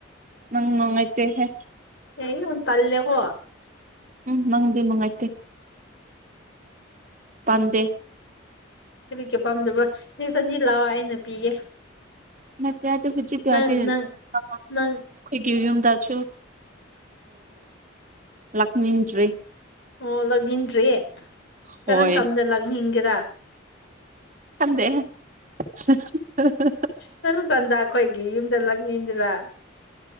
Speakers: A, on the right (about 40°); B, on the left (about 65°).
A: ꯅꯪ ꯅꯨꯡꯉꯥꯏꯇꯦ ꯍꯦ
B: ꯑꯦ ꯑꯣꯟ ꯇꯜꯂꯦꯀꯣ
A: ꯎꯝ ꯃꯪꯗꯤ ꯅꯨꯡꯉꯥꯏꯇꯦ ꯄꯥꯟꯗꯦ
B: ꯀꯔꯤꯀꯤ ꯄꯥꯝꯗꯕ꯭ꯔꯣ ꯅ ꯆꯅꯤ ꯂꯥꯛꯑꯣ ꯑꯩꯅ ꯄꯤꯒꯦ
A: <unintelligible>
B: ꯅꯪ ꯅꯪ ꯅꯪ
A: ꯑꯩꯈꯣꯏꯒꯤ ꯌꯨꯝꯗꯁꯨ ꯂꯥꯛꯅꯤꯡꯗ꯭ꯔꯤ
B: ꯑꯣ ꯂꯥꯛꯅꯤꯡꯗ꯭ꯔꯤ ꯀꯔꯝ
A: ꯍꯣꯏ
B: ꯀꯟꯗ ꯂꯥꯛꯅꯤꯡꯒꯦꯔꯥ
A: ꯈꯠꯇꯦ <unintelligible>
B: ꯀꯔꯝ ꯀꯥꯟꯗ ꯑꯩꯈꯣꯏꯒꯤ ꯌꯨꯝꯗ ꯂꯛꯅꯤꯡꯗꯔꯥ